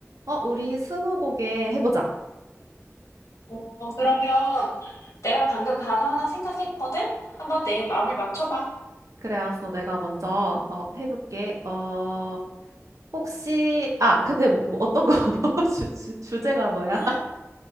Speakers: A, on the right; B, on the left.
A: 어, 우리 스무고개 해보자.
B: 어, 그러면 내가 방금 단어 하나 생각했거든? 한번 내 마음을 맞춰봐.
A: 그래, 알았어. 내가 먼저 어, 해볼게. 어, 혹시 아, 근데 뭐, 뭐 어떤 거 <laughs> 주, 주, 주제가 뭐야?
B: 아,
A: <laughs>